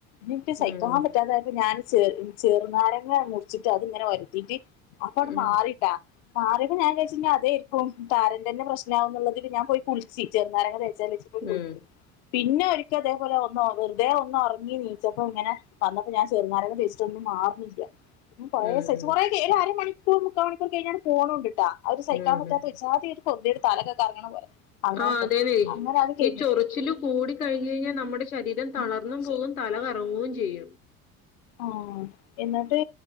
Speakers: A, on the left; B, on the left.
A: എനിക്ക് സഹിക്കാൻ
B: ഉം
A: പറ്റാതായപ്പോ ഞാൻ <unintelligible> ചെറുനാരങ്ങ മുറിച്ചിട്ട് അതിങ്ങനെ ഒ രതിട്ട് അപ്പ
B: ഉം
A: മാറിട്ടാ മാറിട്ട് ഞാൻ വിചാരിച്ചു അതയിരിക്കും താരന്റെന്നെ പ്രശ്നമാ എന്നുള്ളതില് ഞാൻ പോയി കുളി ചെറുനാരങ്ങ തേച്ചാലച്ചിട്ട്
B: ഉം
A: പിന്നെ ഒരിക്കലും അതേപോലെ ഒന്ന് വെറുതെ ഒന്ന് ഒറങ്ങിണീച്ചപ്പോ ഇങ്ങനെ വന്നപ്പോ ഞാൻ ചെറുനാരങ്ങ തേച്ചിട്ടൊന്നും മാറുന്നില്ല കുറേ
B: ഉം
A: സഹിച്ചു
B: ഉം
A: ഒരു അരമണിക്കൂർ മുക്കൽ മണിക്കൂർ കഴിഞ്ഞ പോണൊണ്ടിട്ടാ അവര് സഹിക്കാൻ
B: ഉം
A: പറ്റാത്ത
B: ഉം
A: <unintelligible> <unintelligible> ഒരു തലൊക്കെ കറങ്ങണ പോലെ അങ്ങനത്തെ
B: ആഹ അതേന്നെ ഈ ചോറി
A: അങ്ങനെ അത് കഴിഞ്ഞു
B: ചൊറിച്ചില് കൂടി കഴിഞ്ഞു കഴിഞ്ഞാൽ നമ്മുടെ ശീരം
A: ആഹ്
B: തളർന്നു പോകും തലകറങ്ങുകയും ചെയ്യും
A: ആഹ എന്നിട്ട്